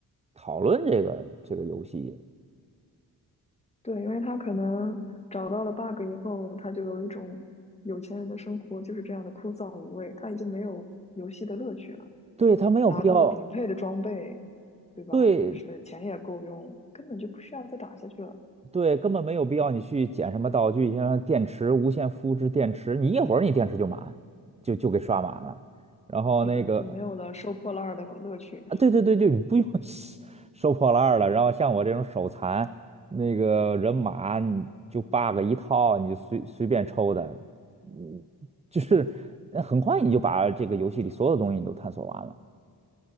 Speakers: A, on the right; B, on the left.
A: 讨论这个这个游戏
B: 对，因为他可能找到了 bug 以后，他就有一种有钱人的生活就是这样的枯燥无味，他已经没有游戏的乐趣了。
A: 对，它没有必要。
B: 拿到了顶配的装备，对吧？
A: 对
B: 就是钱也够用，根本就不需要再打下去了。
A: 对，根本没有必要你去捡什么道具，像电池、无线复制电池，你一会儿你电池就满，就就给刷满了。然后那个
B: 是的，就没有了收破烂儿的乐趣。
A: 啊，对对对对，你不用 <laughs> 收收破烂儿了。然后像我这种手残，那个人马你就 bug 一套，你就随随便抽的，嗯，就是呃很快你就把这个游戏里所有的东西你都探索完了。